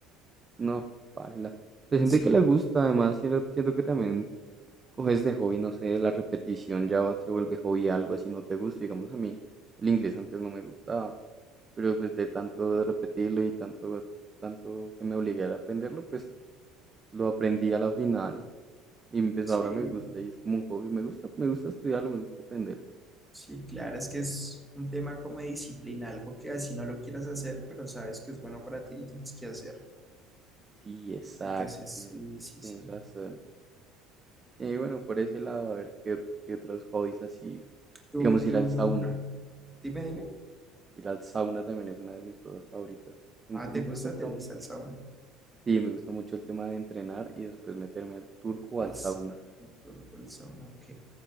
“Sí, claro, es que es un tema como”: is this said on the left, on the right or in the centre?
Centre